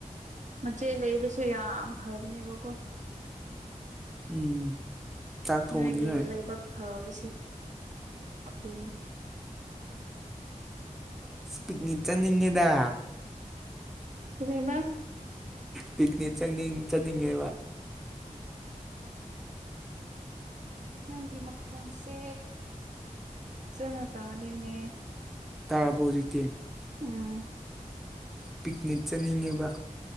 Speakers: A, on the right (about 60°); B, in the centre.
A: ꯃꯆꯦ ꯂꯩꯕꯁꯦ ꯌꯥꯝ ꯐꯕꯅꯦꯕꯀꯣ
B: ꯎꯝ ꯆꯥꯛ ꯊꯣꯡꯅꯤꯡꯉꯥꯏ
A: ꯅꯣꯏꯒꯤ ꯂꯥꯏꯕꯛ ꯐꯕꯁꯤ ꯑꯗꯨꯨꯅꯤ
B: ꯄꯤꯛꯅꯤꯛ ꯆꯠꯅꯤꯡꯉꯦꯗ
A: ꯀꯔꯤꯃꯥ
B: ꯄꯤꯛꯅꯤꯛ ꯆꯠꯅꯤꯡ ꯆꯠꯅꯤꯡꯉꯦꯕ
A: ꯅꯪꯒꯤ ꯃꯈꯣꯟꯁꯦ ꯐꯖꯥꯅ ꯇꯥꯗꯦꯅꯦ
B: ꯇꯥꯔꯕꯣ ꯍꯧꯖꯤꯛꯇꯤ
A: ꯎꯝ
B: ꯄꯤꯛꯅꯤꯛ ꯆꯠꯅꯤꯡꯉꯦꯕ